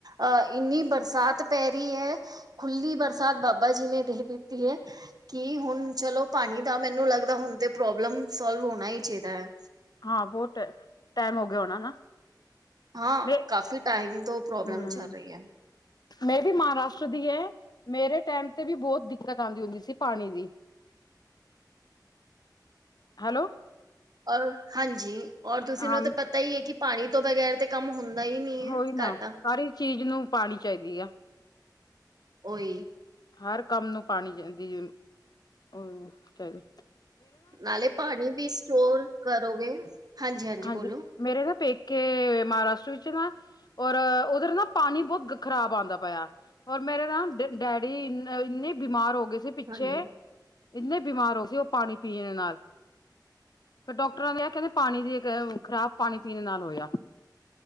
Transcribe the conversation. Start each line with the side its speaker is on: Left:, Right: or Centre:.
Right: ਅ ਇੰਨੀ ਬਰਸਾਤ ਪੈ ਰੀ ਐ। ਖੁੱਲੀ ਬਰਸਾਤ ਬਾਬਾ ਜੀ ਨੇ ਦੇਹ ਦਿੱ ਤੀ ਐ। ਕੀ ਹੁਣ ਚਲੋ ਪਾਣੀ ਦਾ ਮੈਨੂੰ ਲੱਗਦਾ ਹੁਣ 'ਤੇ ਪ੍ਰੋਬਲਮ ਸੋਲਵ ਹੋਣਾ ਈ ਚਾਈਦਾ ਐ।
Left: ਹਾਂ ਬਹੁਤ ਟੇ ਟਾਈਮ ਹੋ ਗਿਆ ਹੋਣਾ ਨਾ।
Right: ਹਾਂ
Left: ਮੈਂ
Right: ਕਾਫ਼ੀ ਟਾਈਮ ਤੋਂ ਪ੍ਰੋਬਲਮ
Left: ਹਮ
Right: ਚੱਲ ਰੀ ਐ।
Left: ਮੈਂ ਵੀ ਮਹਾਰਾਸ਼ਟਰ ਦੀ ਐ। ਮੇਰੇ ਟੇਮ 'ਤੇ ਵੀ ਬਹੁਤ ਦਿੱਕਤ ਆਂਦੀ ਹੁੰਦੀ ਸੀ ਪਾਣੀ ਦੀ। ਹੈਲੋ।
Right: ਔਰ ਹਾਂਜੀ ਔਰ ਤੁਸੀਂ
Left: ਹਾਂ
Right: ਨੂੰ 'ਤੇ ਪਤਾ ਈ ਏ ਕਿ ਪਾਣੀ ਤੋਂ ਬਗੈਰ ਤੇ ਕੰਮ ਹੁੰਦਾ ਈ ਨੀ ਐ
Left: ਉਹੀ ਨਾ
Right: ਘਰ ਦਾ।
Left: ਸਾਰੀ ਚੀਜ ਨੂੰ ਪਾਣੀ ਚਾਹੀਦੀ ਆ।
Right: ਓਈ।
Left: ਹਰ ਕੰਮ ਨੂੰ ਪਾਣੀ ਚਾਹੀਦੀ ਏ। ਅਹ ਚਾਹੀਦੀ
Right: ਨਾਲੇ ਪਾਣੀ ਵੀ ਸਟੋਰ ਕਰੋਗੇ। ਹਾਂਜੀ-ਹਾਂਜੀ
Left: ਹਾਂਜੀ
Right: ਬੋਲੋ।
Left: ਮੇਰੇ ਵੀ ਪੇਕੇ ਮਾਹਾਰਾਸ਼ਟਰ ਵਿੱਚ ਨਾ ਔਰ ਉਧਰ ਨਾਂ ਪਾਣੀ ਬਹੁਤ ਖ ਖ਼ਰਾਬ ਆਂਦਾ ਪਿਆ। ਔਰ ਮੇਰੇ ਨਾ ਡ ਡੈਡੀ ਇ ਇੰਨੇ ਬਿਮਾਰ ਹੋ ਗਏ ਸੀ ਪਿੱਛੇ।
Right: ਹਾਂਜੀ
Left: ਇੰਨੇ ਬਿਮਾਰ ਹੋ ਸੀ ਉਹ ਪਾਣੀ ਪੀਣ ਨਾਲ। ਫਿਰ ਡੌਕਟਰਾਂ ਦੇ ਆ ਕਹਿੰਦੇ ਪਾਣੀ ਦੀ ਅ ਕ ਖ਼ਰਾਬ ਪਾਣੀ ਪੀਣ ਨਾਲ ਹੋਇਆ।